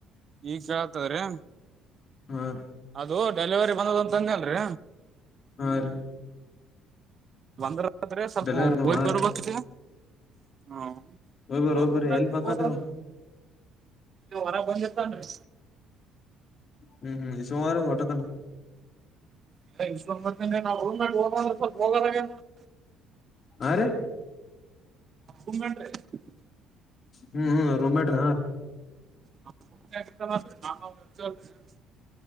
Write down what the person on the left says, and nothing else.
ಹ್ಮ ರೀ
ಹಾ ರಿ
ಡೆಲಿವರಿ
ಹಾ
ರೀ
ಹೋಯ್ ಬರ್
ಹೋಯ್
ಬರ್ರಿ ಎಲ್
ಬಂದನ್ರಿ
ಅವ
ಹ್ಮ್ ಹ್ಮ್ ಈ ಸುಮರ <unintelligible> ೋಟ ತ್ಣ
ಅ <unintelligible>
ಹ್ಮ್ ಹ್ಮ್ ರೋಮೆಟ್ ಹ